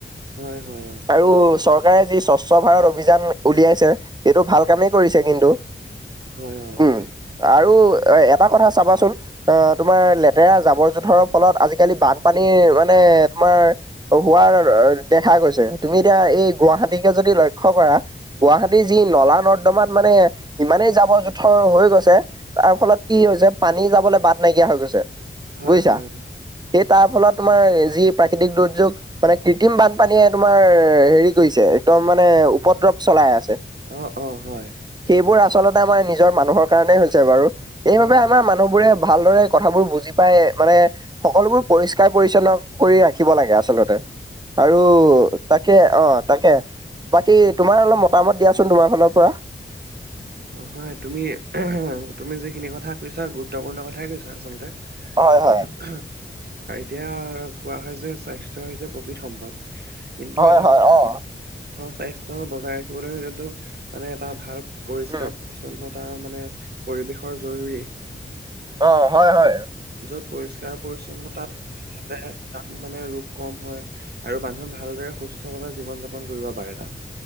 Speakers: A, on the right; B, on the right.
A: হয়, হয়, হয়।
B: আৰু চৰকাৰে যি স্বচ্ছ ভাৰত অভিযান উলিয়াইছে সেইটো ভাল কামেই কৰিছে কিন্তু।
A: হয়, অ'
B: উম,
A: তাকে।
B: আৰু এটা কথা চাবাচোন আহ তোমাৰ লেতেৰা জাবৰ জোঁথৰৰ ফলত আজিকালি বানপানীৰ মানে তোমাৰ হোৱাৰ দেখা গৈছে তুমি এতিয়া এই গুৱাহাটীকে যদি লক্ষ্ কৰা গুৱাহাটীৰ যি নলা নৰ্দমাত মানে ইমানেই জাবৰ জোথৰ হৈ গৈছে তাৰ ফলত কি হৈছে পানী যাবলৈ বাট নাইকিয়া হৈ গৈছে
A: হয়
B: বুজিছা
A: হয়
B: সেই তাৰ ফলত তোমাৰ যি প্ৰাকৃতিক দুৰ্যোগ মানে কৃত্ৰিম বানপানীয়ে তোমাৰ হেৰি কৰিছে একদম মানে উপদ্ৰৱ চলাই আছে
A: অ অ হয় অ
B: সেইবোৰ আচলতে আমাৰ নিজৰ মানুহৰ কাৰণে হৈছে বাৰু এইবাবে
A: হয় হয়
B: আমাৰ মান মানুহ বোৰে ভালদৰে কথাবোৰ বুজি পাই মানে সকলোবোৰ পৰিষ্কাৰ পৰিচ্ছন্ন কৰি ৰাখিব লাগে আচলতে আৰু তাকে অ তাকে বাকী তোমাৰ অলপ মতামত দিয়াচোন তোমাৰ ঘনৰ পৰা
A: অ হয় তুমি তুমি যিখিনি কথা কৈছা গুৰুত্বপূৰ্ণ কথাই কৈছা আচলতে
B: হয় হয়
A: আৰু এতিয়া কোৱা হয় যে স্বাস্থ্যয় হৈছে প্ৰকৃত সম্পদ কিন্তু
B: হয়
A: এটা
B: হয়
A: সু সুস্থ
B: অ'।
A: স্বাস্থ্্য বজাই ৰাখিবলৈ হয়তটো মানে এটা ভাল পৰিষ্কাৰ
B: উম,
A: পৰি্ছন্নতা মানে পৰিৱেশৰ জৰুী
B: অ হয় হয়
A: য'ত পৰিষ্কাৰ পৰিচ্ছন্নতা থ তাতে তাত মানে ৰোগ কম হয় আৰু মানুহ ভালদৰে সুস্থ ভাৱে জীৱন যাপন কৰিব পাৰে তাত